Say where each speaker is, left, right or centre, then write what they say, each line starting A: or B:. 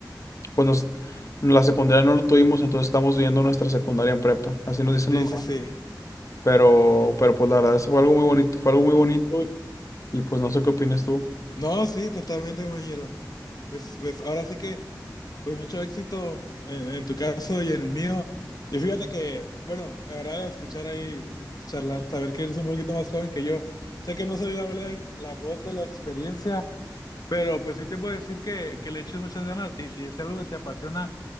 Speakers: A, on the left (about 45°); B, on the left (about 60°).
A: pues nos, la secundaria no lo tuvimos, entonces estamos viendo nuestra secundaria en prepa, así nos dicen
B: Sí,
A: los maestros.
B: sí, sí.
A: Pero, pero pues la verdad, eso fue algo muy bonito, fue algo muy bonito y pues no sé qué opinas tú.
B: No, sí, totalmente, compañero. Pues, pues ahora sí que, pues mucho éxito en, en tu caso y en el mío. Y fíjate que, bueno, me agrada escuchar ahí eh, charlar, saber que eres un poquito más joven que yo. Sé que no soy la, vole- la voz de la experiencia, pero pues sí te puedo decir que, que le eches muchas ganas y si es algo que te apasiona,